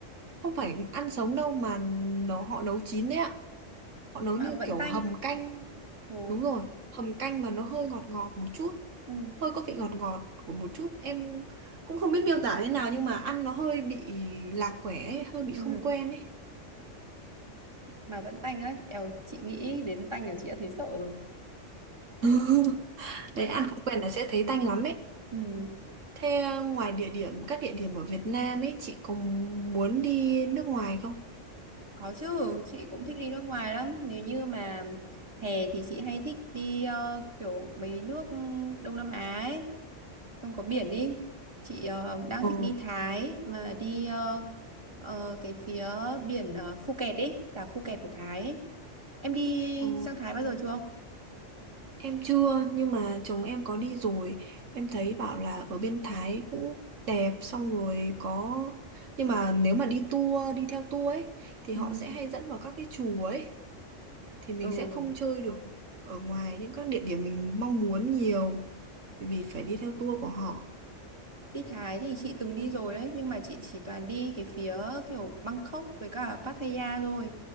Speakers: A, on the right; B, on the right.
A: không phải ăn sống đâu mà nó họ nấu chín đấy ạ họ nấu
B: Mà
A: như
B: vẫn
A: kiểu
B: tanh.
A: hầm canh
B: Ồ,
A: đúng rồi hầm canh mà nó hơi ngọt ngọt một chút
B: ừ,
A: hơi có vị ngọt ngọt của một chút em cũng không biết miêu tả thế nào nhưng mà ăn nó hơi bị lạc quẻ ấy, hơi bị
B: ừ.
A: không quen ấy
B: Mà vẫn tanh á. Eo, chị nghĩ đến tanh là chị đã thấy sợ rồi.
A: <laughs> đấy ăn không quen là sẽ thấy tanh lắm ấy
B: Ừ,
A: thế ờ, ngoài địa điểm các địa điểm ở Việt Nam ấy chị có muốn đi nước ngoài không
B: có chứ. Chị cũng thích đi nước ngoài lắm. Nếu như mà hè thì chị hay thích đi ờ, kiểu mấy nước ừ, Đông Nam Á ấy. Không có biển đi. Chị ờ, đang
A: Ừ.
B: thích đi Thái. Mà đi ờ, ờ, cái phía biển ờ, Phu ấy. Đảo Phuket của Thái ấy. Em đi
A: Ừ.
B: sang Thái bao giờ chưa?
A: Em chưa nhưng mà chồng em có đi rồi Em thấy bảo là ở bên Thái cũng đẹp xong rồi có Nhưng mà nếu mà đi tour, đi theo tour ấy Thì
B: Ừ.
A: họ sẽ hay dẫn vào các cái chùa ấy Thì mình
B: Ừ.
A: sẽ không chơi được ở ngoài những các địa điểm mình mong muốn nhiều Bởi Vì phải đi theo tour của họ
B: Đi Thái thì chị từng đi rồi đấy nhưng mà chị chỉ toàn đi cái phía kiểu Bangkok với cả Pattaya thôi